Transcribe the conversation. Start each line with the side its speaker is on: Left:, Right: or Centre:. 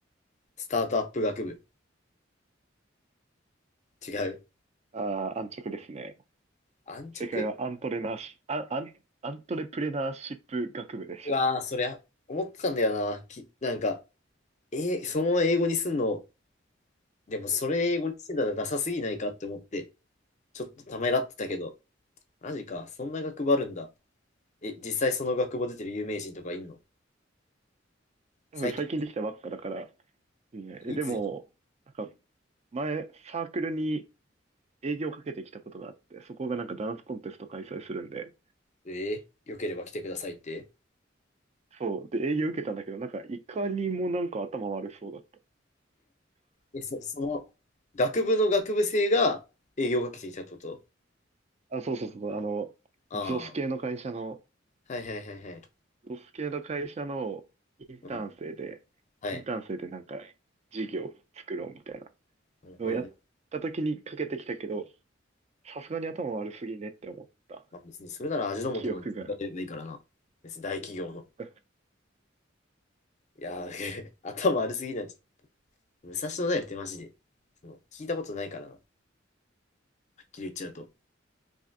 Left: スタートアップ学部。違う。
Right: うああー、安直ですね。
Left: 安直
Right: 正解はアントレナーシ、あ、アン、アントレプレナーシップ学部でした。
Left: うわー、そりゃ、思ってたんだよな。き、なんか、えーそのまま英語にすんの、でもそれ英語にしてたらダサすぎないかって思って、ちょっとためらってたけど、マジか、そんな学部あるんだ。え、実際その学部出てる有名人とかいんの
Right: 多分最近できたばっかだから。
Left: 最近、
Right: いいねえ、
Left: いつ、
Right: でも、なんか前サークルに営業かけてきたことがあって、そこがなんかダンスコンテスト開催するんで、
Left: えー、よければ来てくださいって。
Right: そう。で、営業受けたんだけど、なんかいかにもなんか頭悪そうだった。
Left: え、そ、その、学部の学部生が営業をかけてきたってこと
Right: <laughs> あ、そうそうそう、あの、
Left: あ
Right: ゾス系の会社の
Left: あ、はいはいはいはい。
Right: ロス系の会社のインターン生で、
Left: うん、はい。
Right: インターン生でなんか事業を作ろうみたいな
Left: なるほどね。
Right: のをやった時にかけてきたけど、さすがに頭悪すぎねって思った
Left: まあ、別にそれなら味の素の作りればいいからな。
Right: 記憶が。
Left: 別に大企業の。
Right: <laughs>
Left: いやー、<laughs> 頭悪すぎない。武蔵野大学ってマジで、その聞いたことないからな。はっきり言っちゃうと。